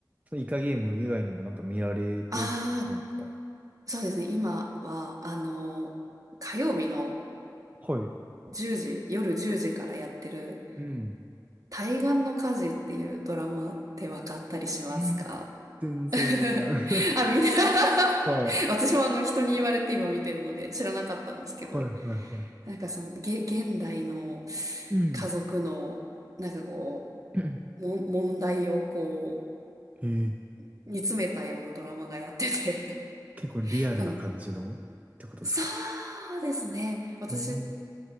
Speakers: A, on the right; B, on the right.
A: そのイカゲーム以外にもなんか見られてるんですか
B: ああ、そうですね。今は、あの、火曜日の
A: はい。
B: 1時、夜10時からやってる
A: うん。
B: 対岸の火事っていうドラマって分かったりしますか
A: えー全然わからん。
B: <laughs>
A: <laughs>
B: あ、みんな <laughs>
A: はい。
B: 私もあの人に言われて今見てるので知らなかったんですけど、
A: はいはいはい。
B: なんかその、げ、現代の
A: うん。
B: 家族の、なんかこ
A: <clears throat>
B: う、もん、問題をこ
A: えー
B: う、煮詰めたようなドラマがやってて
A: 結構リアルな感じのってことですか
B: <laughs> そのそうですね。私、
A: うん